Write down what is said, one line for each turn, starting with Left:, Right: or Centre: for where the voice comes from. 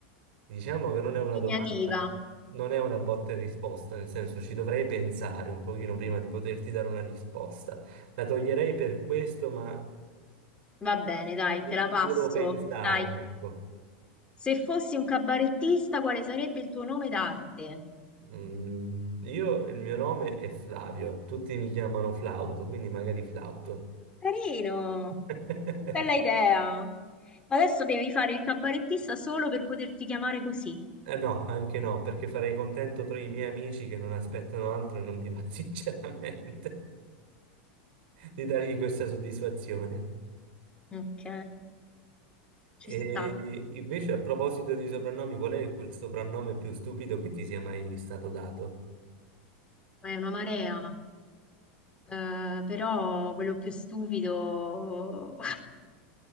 Right: Diciamo che non
Left: Impegnativa.
Right: è una domanda, non è una botta e risposta, nel senso ci dovrei pensare un pochino prima di poterti dare una risposta. La toglierei per questo, ma
Left: Va bene, dai,
Right: ci de-
Left: te la
Right: ci
Left: passo.
Right: devo pensare,
Left: Dai.
Right: ecco.
Left: Se fossi un cabarettista, quale sarebbe il tuo nome d'arte?
Right: Mm, io, il mio nome è Flavio, tutti mi chiamano Flauto, quindi magari Flauto.
Left: Carino.
Right: <laughs>
Left: Che bella idea. Adesso devi fare il cabarettista solo per poterti chiamare così.
Right: Eh, No, anche no, perché farei contento tra i miei amici che non aspettano altro e non mi va <laughs> sinceramente di dargli questa soddisfazione.
Left: Ok, ci
Right: E
Left: sta.
Right: invece, a proposito di soprannomi, qual è quel soprannome più stupido che ti sia mai stato dato?
Left: È una marea. Eh, però quello più stupido... <laughs>